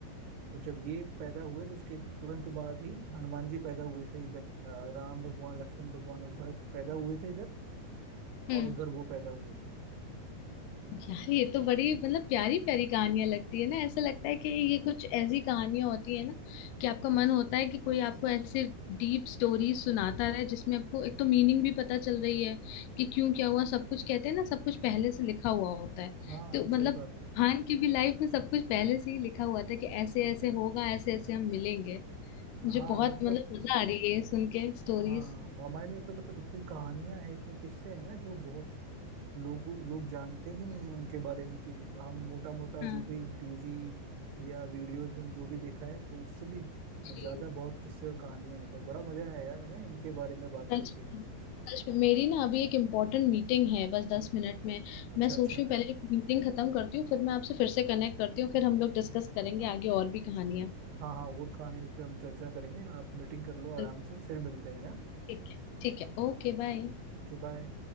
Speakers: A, on the right (about 85°); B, on the left (about 80°).
A: तो जब ये पैदा हुए तो उसके तुरंत बाद ही हनुमान जी पैदा हुए थे इधर अ, राम भगवान लक्ष्मण भगवान और भरत पैदा हुए थे इधर
B: हम्म
A: और उधर वो पैदा हुए थे
B: यार ये तो बड़ी मतलब प्यारी प्यारी कहानियां लगती है ना ऐसा लगता है कि ये कुछ ऐसी कहानियां होती है ना कि आपका मन होता है कि कोई आपको ऐसे डीप स्टोरी सुनाता रहे जिसमें आपको एक तो मीनिंग भी पता चल रही है कि क्यों क्या हुआ सब कुछ कहते हैं ना सब कुछ पहले से लिखा हुआ होता है
A: हाँ
B: तो
A: सही
B: मतलब
A: बात है
B: खान की भी लाइफ में सब कुछ पहले से ही लिखा हुआ था कि ऐसे ऐसे होगा ऐसे ऐसे हम मिलेंगे मुझे
A: हाँ
B: बहुत
A: मतलब
B: मतलब मजा आ रही है ये सुन के स्टोरीज
A: हाँ रामायण में तो मतलब इतनी कहानियां हैं इतने किस्से हैं ना जो बहुत लोगों लोग जानते ही नहीं है उनके बारे में कि हम मोटा मोटा
B: हाँ
A: जो भी टीवी या वीडियोज में हम जो भी देखा है तो उससे भी
B: जी
A: ज्यादा बहुत किस्से और कहानियां हैं तो बड़ा मजा है यार है ना इनके बारे में बात
B: सच
A: करके
B: में सच में। मेरी ना अभी एक इम्पोर्टेंट मीटिंग है बस दस मिनट में
A: अच्छा
B: मैं सोच
A: अच्छा
B: रही हूँ पहले एक मीटिंग खत्म करती हूँ फिर मैं आपसे फिर से कनेक्ट करती हूँ फिर हम लोग डिस्कस करेंगे आगे और भी कहानियाँ
A: हाँ हाँ और कहानी पे हम चर्चा करेंगे आप मीटिंग कर लो आराम
B: बिल्कुल
A: से फिर मिलते हैं ना
B: ठीक है ठीक है ओके बाय
A: Okay bye